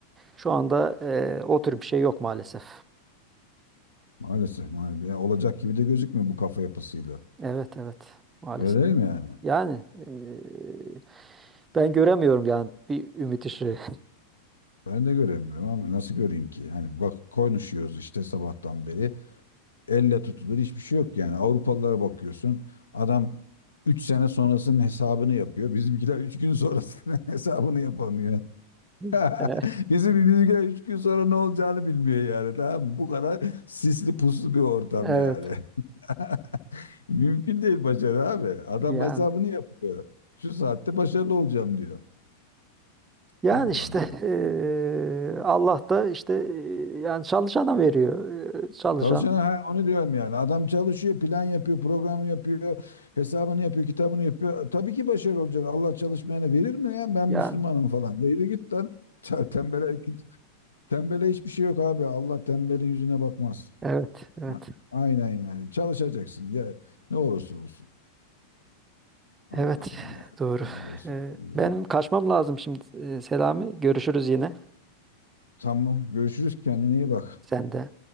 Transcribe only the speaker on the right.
Şu anda e, o tür bir şey yok maalesef.
Evet evet maalesef.
Yani e, ben göremiyorum yani bir ümit ışığı.
<laughs>
E,
Evet
yani
yani
işte
eee, Allah da işte eee, yani çalışana veriyor Eee, çalışan
yani
evet evet
evet
doğru
Eee, ben kaçmam lazım şimdi Eee, Selami görüşürüz yine
sen de.